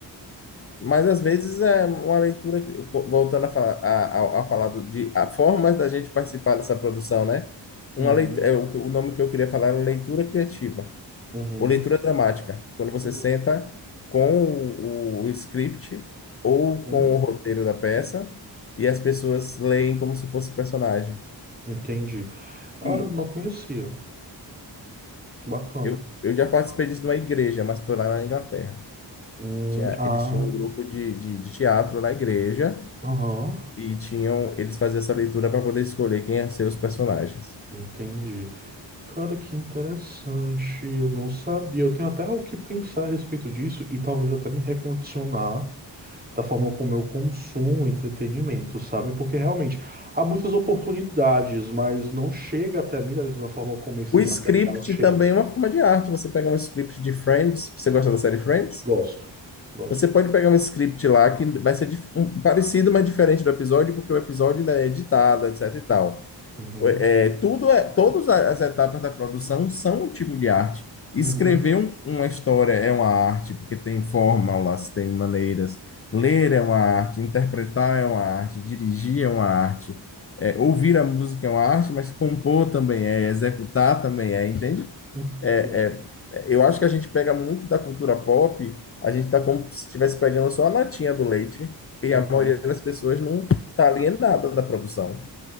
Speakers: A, on the left; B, on the right.
A: Mas às vezes é uma leitura, que- voltando a falar, a, a, a falar do, de a formas da gente participar dessa produção, né? Uma
B: Uhum,
A: leitura, é, o, que- o nome que eu queria falar era leitura criativa,
B: uhum,
A: ou leitura dramática, quando você
B: uhum,
A: senta com o, o, o script ou
B: uhum.
A: com o roteiro da peça e as pessoas leem como se fosse personagens.
B: Entendi. Ah,
A: E
B: eu não conhecia. Bacana.
A: eu, eu já participei disso numa igreja, mas foi lá na Inglaterra.
B: Hum,
A: Tinha,
B: ah,
A: eles tinham um grupo de, de, de teatro na igreja.
B: aham.
A: e tinham, eles faziam essa leitura para poder escolher quem ia ser os personagens.
B: Entendi. Cara, que interessante. Eu não sabia. Eu tenho até o que pensar a respeito disso e talvez até me recondicionar da forma como eu consumo entretenimento, sabe? Porque realmente há muitas oportunidades, mas não chega até mim da mesma forma como esse
A: O
B: material
A: script
B: chega.
A: também é uma forma de arte. Você pega um script de Friends, você gosta da série Friends?
B: Gosto. Gosto.
A: Você pode pegar um script lá que vai ser dif- um- parecido, mas diferente do episódio, porque o episódio ainda é editado, etc e tal.
B: Uhum.
A: É, tudo é, todas as etapas da produção são um tipo de arte. Escrever
B: Uhum.
A: um- uma história é uma arte, porque tem fórmulas, tem maneiras. Ler é uma arte, interpretar é uma arte, dirigir é uma arte, é, ouvir a música é uma arte, mas compor também é, executar também é, entende?
B: Entendo.
A: É, é, é, eu acho que a gente pega muito da cultura pop, a gente está como se estivesse pegando só a latinha do leite, e
B: Aham.
A: a maioria das pessoas não tá alienada da produção.